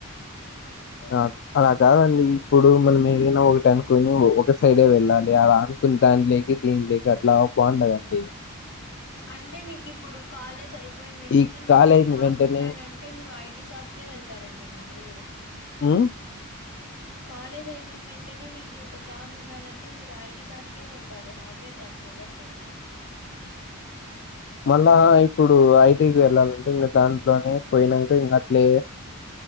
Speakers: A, on the left; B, on the left.
A: అట్ అలా కాదండి ఇప్పుడు మనం ఏదైనా ఒకటనుకొని ఒక సైడే వెళ్ళా ళి అలా అనుకుని దానిలోకి దీనిలోకి అట్లా బావుండదండి.
B: అంటే నీకు ఇప్పుడు కాలేజ్ అయిపోయిన వెంటనే
A: ఈ
B: నీకు
A: కాలేజ్
B: ఒక జాబ్
A: వెంటనే
B: ఉండాలంటే నువ్వు ఐ టి జాబ్కే వెళ్తారండి మీరు.
A: హ్
B: అ కాలేజ్ అయిపోయిన వెంటనే మీకి ఒక జాబ్ ఉండాలంటే మీరు ఐటీ జాబ్కే వెళ్తారు, హార్డ్వేర్ జాబ్కి వెళ్ళ రు కదా.
A: మళ్ళా ఇప్పుడు ఐ ఇంటికి వెళ్ళాలంటే ఇంగా దాంట్లోనే పోయినంకా ఇంగా అట్లే